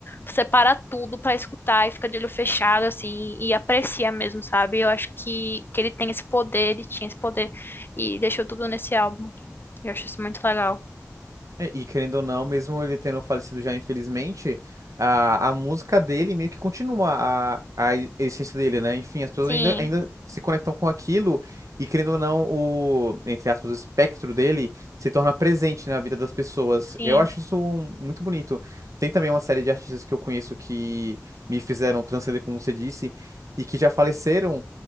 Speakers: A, on the left (about 40°); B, on the right (about 80°).
A: você para tudo pra escutar e fica de olho fechado, assim, e aprecia mesmo, sabe? Eu acho que, que ele tem esse poder, ele tinha esse poder, e deixou tudo nesse álbum. Eu acho isso muito legal.
B: É, e querendo ou não, mesmo ele tendo falecido já, infelizmente, a, a música dele meio que continua a, a essência dele, né? Enfim, as pessoas
A: Sim,
B: ainda, ainda se conectam com aquilo e, querendo ou não, o, entre aspas, o espectro dele se torna presente na vida das pessoas.
A: sim.
B: Eu acho isso um- muito bonito. Tem também uma série de artistas que eu conheço que me fizeram transcender, como você disse, e que já faleceram.